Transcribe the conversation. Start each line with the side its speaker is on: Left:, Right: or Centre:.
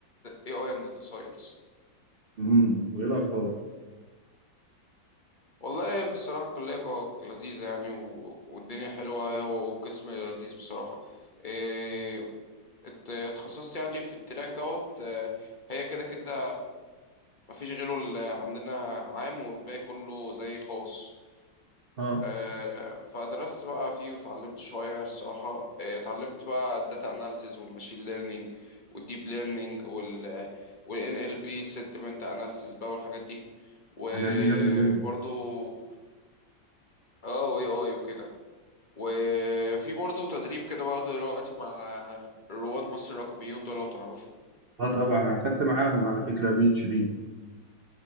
Left: اي اي اند داتا ساينس
Right: امم وايه الاخبار
Left: والله الصراحة الكلية جوه لذيذة يعني و... والدنيا حلوة هو والقسم لذيذ بصراحة إيه... ات- اتخصصت يعني في التراك دوت آه، هي كده كده مفيش غيره اللي عندنا عام والباقي كله زي خاص
Right: اه
Left: آه، فدرست بقى فيه وتعلمت شوية الصراحة آه، اتعلمت بقى الداتا اناليسز والماشين ليرنينج والديب ليرنينج وال وال NLP sentiment analysis بقى والحاجات دي وبرضو
Right: الحاجات دي جامده جدا
Left: اه واي اي وكده وفي برضه تدريب كده باخده دلوقتي مع رواد مصر الرقميون دول لو تعرفوا
Right: اه طبعا انا اخدت معاهم على فكره بي اتش بي